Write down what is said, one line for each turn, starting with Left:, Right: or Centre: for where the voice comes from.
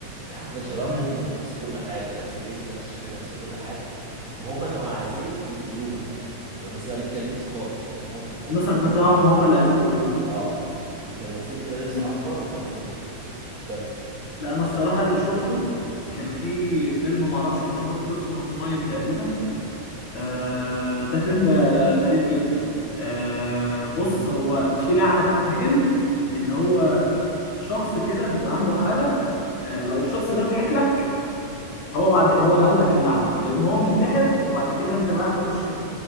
Right: يعني عارفين شبههم
Left: مم.
Right: نفس كل حاجة نفس الجسم نفس الشكل نفس كل حاجة وهم كانوا عايزين يقتلوهم بقى تمام بس ما بيتكلموش خالص ما بيفتحوش بقهم
Left: النسخ بتاعهم هم اللي عايزين يقتلوه
Right: اه كانوا لابسين كده لبس
Left: امم
Right: احمر وكانوا عايزين يقتلوهم بس
Left: لا انا
Right: دول
Left: الصراحه اللي شفته
Right: مم.
Left: كان في فيلم ما اعرفش انت شفته اسمه سمايل تقريبا آه
Right: بس
Left: ده فيلم آه، غريب جدا آه بص هو في لعنه بتتنقل ان هو شخص كده بيبقى عنده حاله آه لو الشخص ده ضحك لك هو بعد هو نقل لك اللعنه هيقوم هو منتحر وبعد كده انت بقى هتخش في